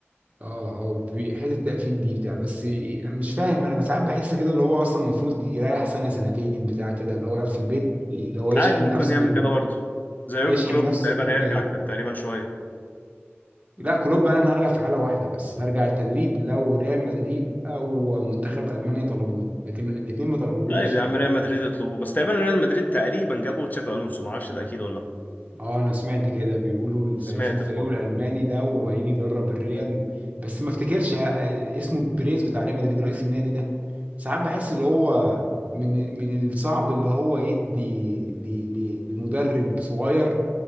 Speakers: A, on the right; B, on the left.
A: اه هو بي- حته التقفيل دي بتاع بس مش فاهم انا ساعات بحس كده اللي هو اصلا المفروض يريح سنه سنتين بتاع كده اللي هو يقعد في البيت اللي هو يشحن
B: عادي ممكن
A: نفسه
B: يعمل كده برضه زي يورجن
A: يشحن
B: كلوب
A: نفسه
B: تقريبا
A: طاقيا
B: هيرجع كده تقريبا شويه
A: لا كلوب بقى انا هرجع في حاله واحده بس هرجع التدريب لو ريال مدريد او منتخب المانيا طلبوني لكن الاثنين ما طلبوهوش
B: طيب يا
A: يعني
B: عم ريال مدريد يطلبوه بس تقريبا ريال مدريد تقريبا جابوا تشافي الونسو ما اعرفش ده اكيد ولا لا
A: اه انا سمعت كده بيقولوا الف-
B: سمعت
A: هيسيب الفريق
B: الحوار
A: الالماني
B: ده
A: ده وهيجي يدرب الريال بس ما افتكرش ه- اسمه بيريز بتاع ريال مدريد رئيس النادي ده ساعات بحس اللي هو من من الصعب اللي هو يدي ل- ل- لمدرب صغير